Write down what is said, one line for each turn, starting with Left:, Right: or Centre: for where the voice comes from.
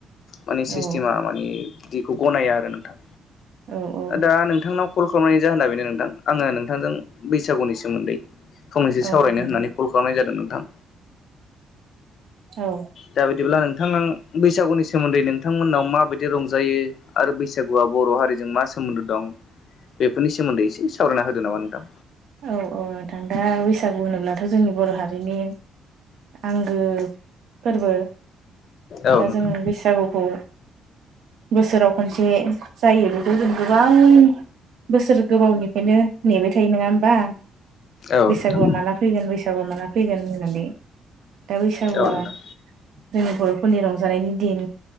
Left: माने सिस्टेमा
Right: औ
Left: मानि बिदिखौ गनाया आरो नोंथां।
Right: औ औ
Left: दा नोंथांनाव कल खालामनायनि जाहोना बेनो नोंथां आङो नोंथांजों बैसागुनि सोमोन्दै फंनैसो सावरायनो
Right: औ नोंथां
Left: होननानै कल खालामनाय जादों नोंथां।
Right: औ
Left: दा बिदिब्ला नों थां बैसागुनि सोमोन्दै नोंथांमोननाव माबायदि रंजायो आरो बैसागुआ बर' हारिजों मा सो सोमोन्दो दं बेफोरनि सोमोन्दै एसे सावरायना होदो नामा नोंथां?
Right: औ औ नोंथां दा बैसागु होनोब्लाथ' जोंनि बर' हारिनि आंगो फोरबो
Left: औ
Right: दा
Left: नोंथां
Right: जों बैसागुखौ बोसोराव खनसे जायो बेखौ जों गोबां बोसोर गोबावनिफ्रायनो नेबाय थायो नोङा होमबा?
Left: औ
Right: बैसागुआ
Left: नोंथां
Right: माला फैगोन बैसागुआ माला फैगोन होननानै दा बैसागुआ
Left: औ नोंथां
Right: जोंनि बर'फोरनि रंजानायनि दिन